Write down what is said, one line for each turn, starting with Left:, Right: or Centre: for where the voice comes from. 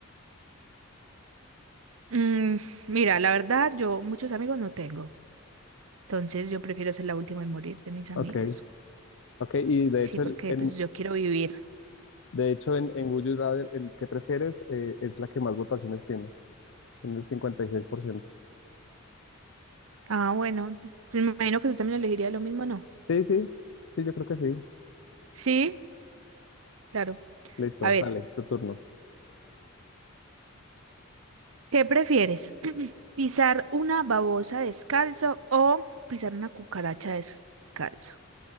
Right: Mm, mira, la verdad, yo muchos amigos no tengo. Entonces yo prefiero ser la última en morir de mis amigos.
Left: Ok, ok. Y de
Right: Sí,
Left: hecho,
Right: porque
Left: el, en,
Right: pues yo quiero vivir.
Left: De hecho, en, en Would You Rather, en ¿Qué prefieres? eh, es la que más votaciones tiene, en el cincuenta y seis por ciento
Right: Ah, bueno, t- me imagino que tú también elegirías lo mismo, ¿no?
Left: Sí, sí, sí, yo creo que sí.
Right: Sí, claro.
Left: Listo,
Right: A ver.
Left: dale, tu turno.
Right: ¿Qué prefieres? <clears throat> ¿Pisar una babosa descalzo o pisar una cucaracha descalzo?